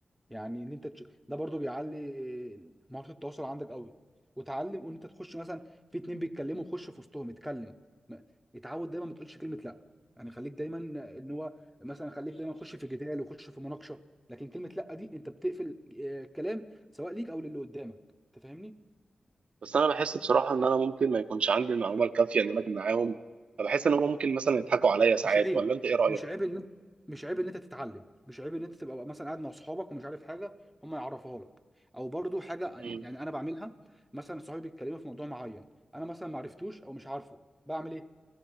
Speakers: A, in the centre; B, on the right.
A: يعني ان انت تش... ده برضو بيعلي مهارة التواصل عندك قوي وتعلم وان انت تخش مثلا في اتنين بيتكلموا خش في وسطهم اتكلم ما- اتعود دايما ما تقولش كلمة لا يعني خليك دايما ان هو مثلا خليك دايما خش في جدال وخش في مناقشة لكن كلمة لا دي انت بتقفل آه، الكلام سواء ليك او للي قدامك انت فاهمني
B: بس انا بحس بصراحه ان انا ممكن ما يكونش عندي المعلومه الكافيه ان انا اكون معاهم فبحس ان هم ممكن مثلا يضحكوا عليا ساعات
A: مش عيب
B: ولا انت ايه رايك؟
A: مش عيب ان مش عيب ان انت تتعلم مش عيب ان انت تبقى مثلا قاعد مع اصحابك ومش عارف حاجه هم يعرفوها لك او برضو حاجه
B: مم.
A: يعني انا بعملها مثلا صحابي بيتكلموا في موضوع معين انا مثلا ما عرفتوش او مش عارفه بعمل ايه